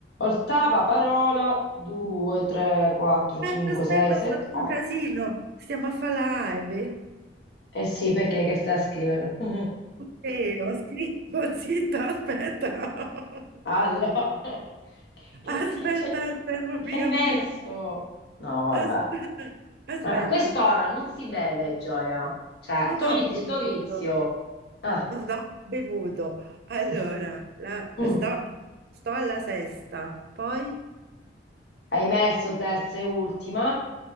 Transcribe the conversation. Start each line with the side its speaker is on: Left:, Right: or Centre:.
Left: Ottava parola, 2, 3, 4, 5,
Right: Aspetta, aspetta,
Left: 6, 7,
Right: ho fatto
Left: 8.
Right: un casino. Stiamo a fare live.
Left: Eh sì, perché che stai a scrivere? <laughs>
Right: Ok, ho scritto, <laughs> zitta, aspetta.
Left: Allora, <laughs> che
Right: Aspetta,
Left: che- che c'è?
Right: aspetta, fammi
Left: Che hai
Right: cambiare.
Left: messo? No, vabbè.
Right: Aspetta, aspetta.
Left: Allora, a quest'ora non si beve, Gioia. Cioè,
Right: Non
Left: togliti
Right: ho bevuto.
Left: sto vizio. Eh.
Right: Non ho bevuto. Allora,
Left: Mm.
Right: la-
Left: Mm.
Right: sto, sto alla sesta, poi
Left: Hai messo terza e ultima,